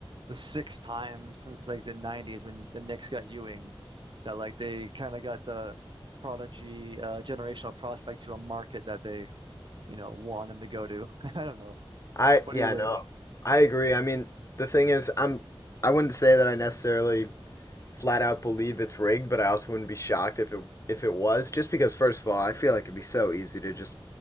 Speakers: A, on the right; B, on the left.
A: the sixth time since like the 90s when the Knicks got Ewing that like they kind of got the prodigy uh generational prospect to a market that they, you know, want him to go to. <laughs> I don't know.
B: I
A: What
B: yeah,
A: do you think?
B: no. I agree. I mean, the thing is, I'm I wouldn't say that I necessarily flat out believe it's rigged, but I also wouldn't be shocked if it if it was. Just because, first of all, I feel like it'd be so easy to just